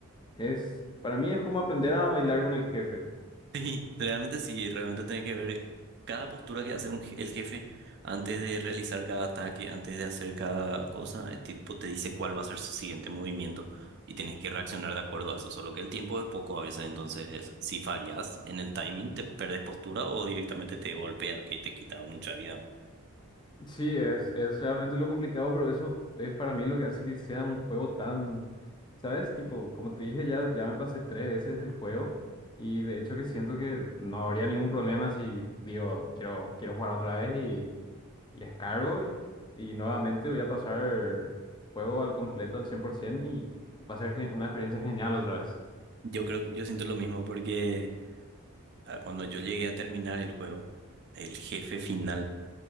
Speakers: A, on the left; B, on the right.
A: Es, para mí es como aprender a bailar con el jefe.
B: Sí, realmente sí, realmente tiene que ver cada postura que hace un je- el jefe antes de realizar cada ataque, antes de hacer cada cosa, el tipo te dice cuál va a ser su siguiente movimiento y tienes que reaccionar de acuerdo a eso, solo que el tiempo es poco a veces, entonces si fallas en el timing te perdes postura o directamente te golpea, que te quita mucha vida.
A: Sí, es, es realmente lo complicado, pero eso es para mí lo que hace que sea un juego tan, ¿sabes? Tipo, como te dije, ya, ya me pasé tres veces el juego y de hecho que siento que no habría ningún problema si digo, quiero, quiero jugar otra vez y, y descargo y, y nuevamente voy a pasar el juego al completo, al 100% y va a ser gen- una experiencia genial otra vez.
B: Yo creo, yo siento lo mismo porque ah, cuando yo llegué a terminar el juego, el jefe final